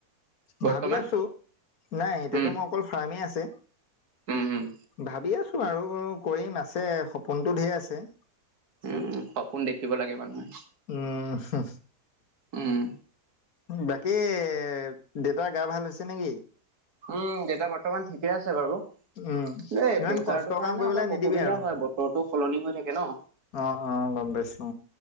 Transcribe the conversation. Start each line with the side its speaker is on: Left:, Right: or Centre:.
Right: বৰ্তমান
Left: ভাবি আছো নাই এতিয়াতো
Right: উম
Left: মোৰ অকল ফাৰ্মেই আছে।
Right: উম উম
Left: ভাবি আছো আৰু কৰিম আছে সপোনতটো ধেৰ আছে।
Right: উম, সপোন দেখিব লাগে মানুহে।
Left: উম, হমহ,
Right: উম
Left: বাকী দেউতা গা ভাল হৈছে নেকি
Right: উম দেউতা বৰ্তমান ঠিকে আছে বাৰু
Left: উম
Right: দেই
Left: ইমান
Right: প্ৰেচাৰটো
Left: কষ্ট
Right: কাৰণে
Left: কাম কৰিবলৈ
Right: অলপ
Left: নিদিবি
Right: অসুবিধা
Left: আৰু
Right: হয় বতৰটো সলনি হৈ থাকে ন
Left: অ', অ', গম পাইছো।